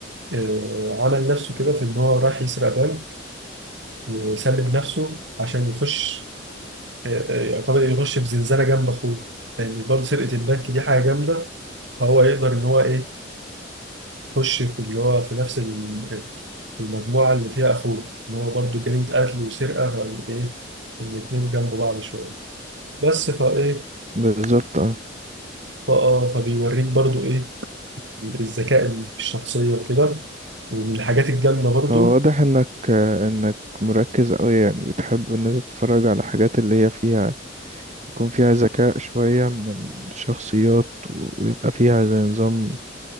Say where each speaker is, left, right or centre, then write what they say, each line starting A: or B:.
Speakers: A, on the right (about 70°); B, on the right (about 40°).
A: آه، عمل نفسه كده في ان هو راح يسرق بنك وسلم نفسه عشان يخش آه، آه، يعتبر يخش في زنزانه جنب اخوه لان برضه سرقه البنك دي حاجه جامده فهو يقدر ان هو ايه يخش في اللي هو في نفس ال- المجموعه اللي فيها اخوه ان هو برضه جريمه قتل وسرقه فال- ايه الاتنين جنب بعض شويه بس فايه
B: بالظبط اه
A: فاه فبيوريك برضه ايه الذكاء اللي في الشخصيه وكده ومن الحاجات الجامده برضه
B: هو واضح انك انك مركز قوي يعني بتحب ان انت تتفرج على حاجات اللي هي فيها يكون فيها ذكاء شوية من الشخصيات و- ويبقى فيها زي نظام